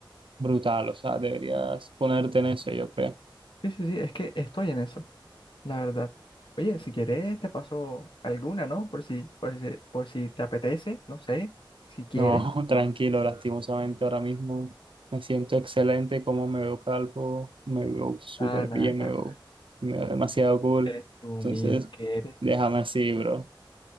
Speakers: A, on the right; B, on the left.
A: brutal, o sea, deberías ponerte en eso, yo creo.
B: Sí, sí, sí, es que estoy en eso, la verdad. Oye, si quieres, te paso alguna, ¿no? Por si, por si, se- por si te apetece, no sé, si quieres.
A: No, <laughs> tranquilo, lastimosamente ahora mismo me siento excelente, como me veo calvo, me veo súper
B: Ah, nada,
A: bien,
B: nada.
A: me veo, me veo demasiado cool.
B: Presumido
A: Entonces,
B: que eres.
A: déjame así, bro.